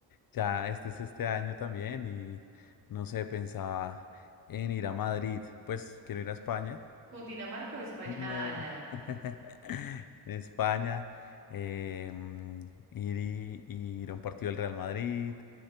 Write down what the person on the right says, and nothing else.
¿Cundinamarca o España?
Ah, ya.